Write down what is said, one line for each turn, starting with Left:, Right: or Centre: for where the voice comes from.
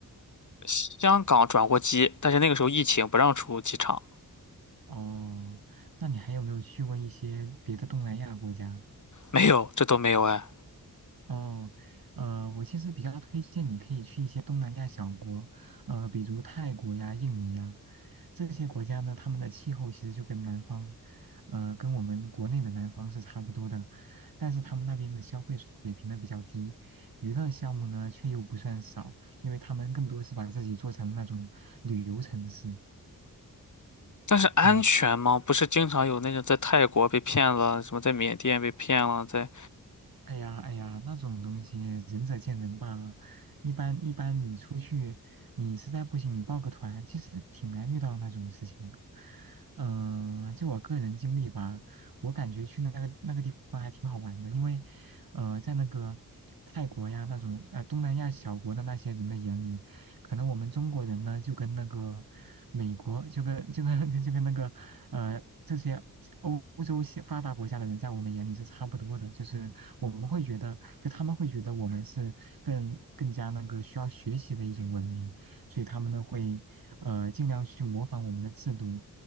Left: 香港转过机，但是那个时候疫情不让出机场，
Right: 哦，那你还有没有去过一些别的东南亚国家？
Left: 没有，这都没有哎。
Right: 哦，呃，我其实比较推荐你可以去一些东南亚小国，呃，比如泰国呀、印尼呀，这些国家呢，他们的气候其实就跟南方，呃，跟我们国内的南方是差不多的，但是他们那边的消费水平呢比较低，娱乐项目呢却又不算少，因为他们更多是把自己做成那种旅游城市，
Left: 但是安全吗？
Right: 嗯。
Left: 不是经常有那种在泰国被骗了，什么在缅甸被骗了，在……
Right: 哎呀，哎呀，那种东西仁者见仁吧。一般一般，你出去，你实在不行，你报个团，其实挺难遇到那种事情的。嗯、就我个人经历吧，我感觉去那个那个地方还挺好玩的，因为，呃，在那个泰国呀那种呃东南亚小国的那些人的眼里，可能我们中国人呢就跟那个美国就跟就跟 <laughs> 就跟那个呃，这些欧欧洲些发达国家的人在我们眼里是差不多的，就是我们会觉得，就他们会觉得我们是更更加那个需要学习的一种文明，所以他们呢会呃尽量去模仿我们的制度，